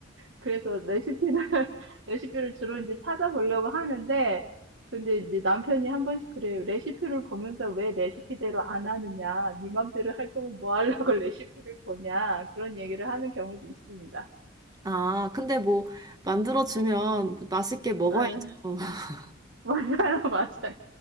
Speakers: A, on the right (about 65°); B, on the right (about 20°).
A: 그래서 레시피를, <laughs> 레시피를 주로 이제 찾아보려고 하는데, 근데 이제 남편이 한 번씩 그래요. 레시피를 보면서 왜 레시피대로 안 하느냐. 네 맘대로 할 거면 뭐 하려고 <laughs> 레시피를 보냐. 그런 얘기를 하는 경우도 있습니다.
B: 아, 근데 뭐 만들어주면 맛있게 먹어야죠.
A: 네, <laughs>
B: <laughs>
A: 맞아요, 맞아요.